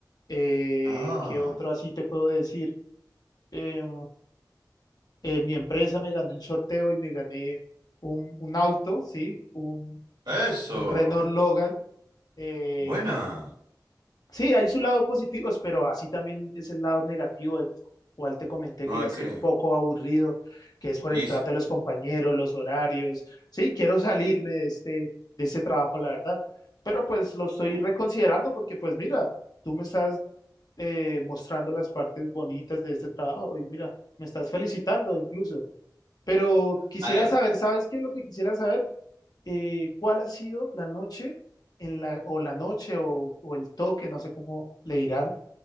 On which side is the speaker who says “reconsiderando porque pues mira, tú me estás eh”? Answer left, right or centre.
Left